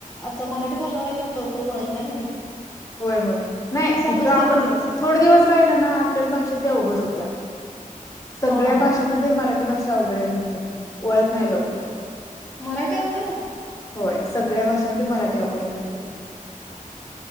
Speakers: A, in the centre; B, on the left (about 25°).
A: अच्छा मराठी बोलणार आले लवकर वळत नाही ना जीभ
B: होय होय नाही
A: समजते
B: तिथं आपण
A: पण तिला सगळं
B: थोड दिवस राहिल ना. आपल्याला भाषा ती अवगत होत्या. सगळ्या
A: हा
B: भाषामध्ये मरा ती भाषा अवघडय म्हणतात वळत नाही लवकर.
A: मराठी अवघड आहे?
B: होय सगळ्या भाषांमध्ये मराठी अवघडय म्हणत्यात.